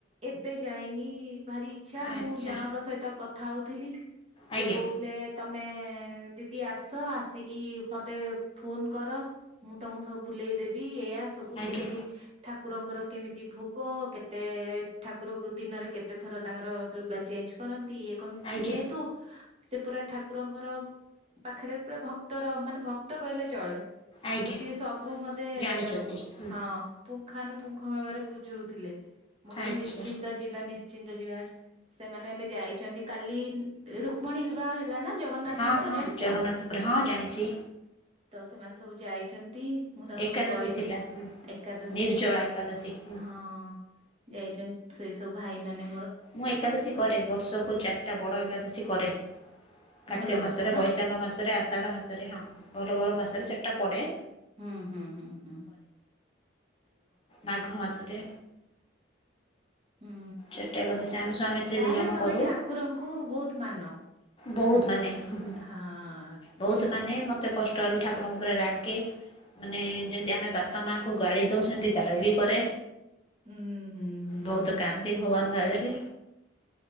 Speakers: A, on the right (about 35°); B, on the left (about 30°).
A: ଏବେ ଯାଇନି। ଭାରି ଇଚ୍ଛା
B: ଆଚ୍ଛା
A: ମୁଁ ଜଣଙ୍କ ସହିତ କଥା ହଉଥିଲି
B: ଆଜ୍ଞା
A: ସେ କହୁଥିଲେ ତମେ ଦିଦି ଆସ, ଆସିକି ମତେ ଫୋନ କର ମୁଁ ତମକୁ ସବୁ ବୁଲେଇ ଦେବି ଏଇଆ ସବୁ
B: ଆଜ୍ଞା
A: କେମିତି ଠାକୁରଙ୍କର କେମିତି ଭୋଗ, କେତେ ଠାକୁର ଦିନରେ କେତେଥର ତାଙ୍କର ଦୁର୍ଗ ଚେଞ୍ଜ କରନ୍ତି ଇଏ କନ୍
B: ଆଜ୍ଞା
A: ସେ ଯେହେତୁ ସେ ପୁରା ଠାକୁ ଠାକୁରଙ୍କର ପାଖରେ ପୁରା ଭକ୍ତର ମାନେ ଭକ୍ତ କହିଲେ ଚଳେ।
B: ଆଜ୍ଞା
A: ତ ସିଏ ସବୁ ମତେ
B: ଜାଣିଛନ୍ତି ହୁଁ
A: ହଁ ପୁଙ୍ଗାନୁପୁଙ୍ଗ ଭାବରେ ବୁଝଉଥିଲେ, ମୁଁ କହିଲି
B: ଆଚ୍ଛା
A: ନିଶ୍ଚିନ୍ତା ଯିବା। ଚିନ୍ତ <unintelligible> ଯିବା ସେମାନେ ଏବେ ଯାଇଛନ୍ତି କାଲି ରୁକ୍ମଣୀ ବିବାହ ହେଲା ନା ଜଗନ୍ନାଥଙ୍କର
B: ହଁ ହଁ
A: ଜାଣିଛ
B: ଜଗନ୍ନାଥଙ୍କର ହଁ ଜାଣିଛି
A: ତ ସେମାନେ ସବୁ ଯାଇଛନ୍ତି ମୁଁ ତାଙ୍କୁ
B: ଏକାଦଶୀ
A: ସବୁ କହିଛି,
B: ଥିଲା ହୁଁ
A: ଏକାଦଶୀ
B: ନିର୍ଜଳା
A: ଥିଲା,
B: ଏକାଦଶୀ ହୁଁ
A: ହଁ। ଯାଇଛନ୍ତି ସେଇ ସବୁ ଭାଇମାନେ
B: ମୁଁ ଏକାଦଶୀ କରେ ବର୍ଷକୁ ଚାରଟା ବଡ଼ ଏକାଦଶୀ କରେ। କାର୍ତ୍ତିକ
A: ଭଲ କଥା
B: ମାସରେ
A: ନା
B: ବୈଶାଖ ମାସରେ ଆଷାଢ ମାସରେ ହଁ ବଲବର ମାସରେ ଚାରଟା ପଡେ।
A: ହୁ ହୁ ହୁ ହୁ।
B: ମାଘ ମାସରେ
A: ହୁଁ।
B: ଚା ସ ଆମୀ ସ୍ୱାମୀ ସ୍ତ୍ରୀ
A: ତାହେଲେ
B: ଦି ଜଣ
A: ତମେ
B: କରୁ
A: ଠାକୁରଙ୍କୁ ବହୁତ ମାନ
B: ବହୁତ ମାନେ ହୁଁ ହୁଁ
A: ହଁ
B: ବୋହୁତ
A: ଠିକ
B: ମାନେ
A: ଠିକ।
B: ମତେ କଷ୍ଟ ଲ ଠାକୁରଙ୍କ ଉପରେ ରାଗେ ମାନେ ଯେମିତି ଆମେ ବାପା ମାଙ୍କୁ ଗାଳି ଦୋଉ ସେମତି ଗାଳି ବି କରେ
A: ହୁଁ ହୁଁ ହୁଁ।
B: ବୋହୁତ କାନ୍ଦି ଭଗବାନ ଆଗରେ।